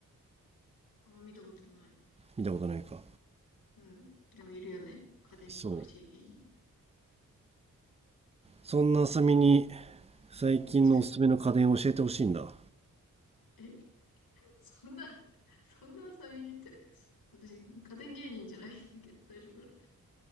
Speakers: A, on the left; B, on the right.
A: あんま見たことない。
B: 見たことないか
A: うん。でもいるよね。家電に詳しい芸人。
B: そうそんなあさみに最近のおすすめの家電を教えてほしいんだ
A: ちょえそんな、そんな遊びにって。私、家電芸人じゃないんだけど、大丈夫かな。